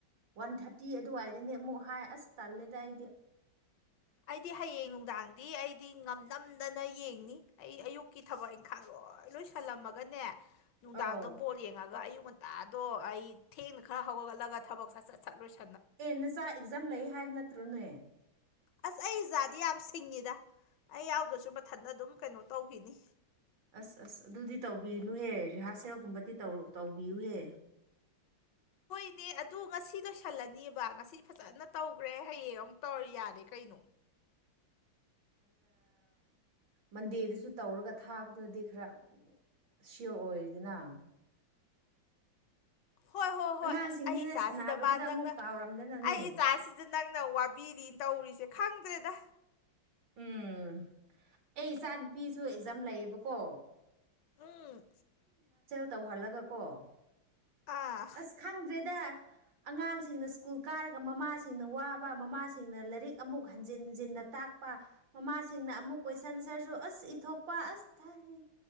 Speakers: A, on the right; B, on the left.
A: ꯋꯥꯟ ꯊꯥꯔꯇꯤ ꯑꯗꯨꯋꯥꯏꯗꯅꯦ ꯑꯃꯨꯛ ꯍꯥꯏ ꯑꯁ ꯇꯜꯂꯦꯗ ꯑꯩꯗꯤ
B: ꯑꯩꯗꯤ ꯍꯌꯦꯡ ꯅꯨꯡꯗꯥꯡꯗꯤ ꯑꯩꯗꯤ ꯉꯝꯅꯝꯗꯅ ꯌꯦꯡꯅꯤ ꯑꯩ ꯑꯌꯨꯛꯀꯤ ꯊꯕꯛ ꯏꯪꯈꯠꯂꯣꯑꯣ ꯍꯣꯏ ꯂꯣꯏꯁꯜꯂꯝꯃꯒꯅꯦ ꯅꯨꯡꯗꯥꯡꯗ
A: ꯑꯧ
B: ꯕꯣꯔꯠ ꯌꯦꯡꯉꯒ ꯑꯌꯨꯛ ꯍꯣꯟꯟꯇꯥꯗꯣ ꯑꯩ ꯊꯦꯡꯅ ꯈꯔ ꯍꯧꯒꯠꯂꯠꯂꯒ ꯊꯕꯛ ꯆꯠ ꯆꯠ ꯆꯠꯂꯣꯏꯁꯤ
A: ꯑꯦ ꯅꯆꯥ ꯑꯦꯛꯖꯥꯝ ꯂꯩ ꯍꯥꯏꯕ ꯅꯠꯇ꯭ꯔꯣꯅꯦ
B: ꯑꯁ ꯑꯩ ꯏꯖꯥꯗꯤ ꯌꯥꯝ ꯁꯤꯡꯉꯤꯗ ꯑꯩ ꯌꯥꯎꯗꯁꯨ ꯃꯊꯟꯇ ꯑꯗꯨꯝ ꯀꯩꯅꯣ ꯇꯧꯈꯤꯅꯤ
A: ꯑꯁ ꯑꯁ ꯑꯗꯨꯗꯤ ꯇꯧꯕꯤꯅꯨꯍꯦ ꯔꯤꯍꯥꯔꯁꯦꯜꯒꯨꯝꯕꯗꯤ ꯇꯧꯕꯤꯌꯨꯍꯦ <unintelligible>
B: ꯁꯤꯅꯦ ꯑꯗꯨ ꯉꯁꯤ ꯂꯣꯏꯁꯜꯂꯅꯤꯕ ꯉꯁꯤ ꯐꯖꯅ ꯇꯧꯈ꯭ꯔꯦ ꯍꯌꯦꯡ ꯑꯃꯨꯛ ꯇꯧꯔ ꯌꯥꯔꯦ ꯀꯩꯅꯣ
A: <unintelligible> ꯃꯟꯗꯦꯗꯁꯨ ꯇꯧꯔꯒ ꯊꯥꯕꯗꯨꯅꯗꯤ ꯈꯔ ꯁꯤꯌꯣꯔ ꯑꯣꯏꯔꯤꯗꯅ
B: ꯍꯣꯏ ꯍꯣꯏ ꯍꯣꯏ
A: ꯑꯉꯥꯡꯁꯤꯡꯅꯤꯅ
B: ꯑꯁ ꯑꯩ ꯏꯆꯥꯁꯤꯗ
A: ꯁꯥꯟꯅꯕꯗꯨꯗ
B: ꯃꯥ ꯅꯪꯅ
A: ꯑꯃꯨꯛ ꯀꯥꯎꯔꯝꯗꯅꯅꯤ
B: ꯑꯩ ꯏꯆꯥꯁꯤꯗ ꯅꯪꯅ ꯋꯥꯕꯤꯔꯤ ꯇꯧꯔꯤꯁꯦ ꯈꯪꯗ꯭ꯔꯦꯗ
A: ꯎꯝ ꯑꯩ ꯏꯆꯥ ꯅꯨꯨꯄꯤꯁꯨ ꯑꯦꯛꯖꯥꯝ ꯂꯩꯌꯦꯕꯀꯣ
B: ꯎꯝ
A: ꯇꯧꯍꯜꯂꯒ ꯀꯣ
B: ꯑꯥ
A: ꯑꯁ ꯈꯪꯗ꯭ꯔꯦꯗ ꯑꯉꯥꯡꯁꯤꯡꯅ ꯁ꯭ꯀꯨꯜ ꯀꯥꯔꯒ ꯃꯃꯥꯁꯤꯡꯅ ꯋꯥꯕ ꯃꯃꯥꯁꯤꯡꯅ ꯂꯥꯏꯔꯤꯛ ꯑꯃꯨꯛ ꯍꯟꯖꯤꯟ ꯍꯟꯖꯤꯟ ꯅ ꯇꯥꯛꯄ ꯃꯃꯥꯁꯤꯡꯅ ꯑꯃꯨꯛ ꯀꯣꯏꯁꯟꯟ ꯁꯔꯁꯨ ꯑꯁ ꯏꯊꯣꯛꯄ ꯑꯁ ꯊꯥꯔꯦ